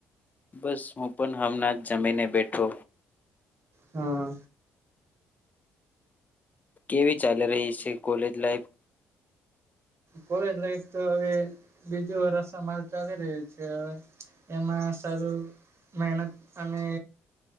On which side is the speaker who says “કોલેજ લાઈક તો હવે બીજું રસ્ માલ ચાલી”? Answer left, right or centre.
Right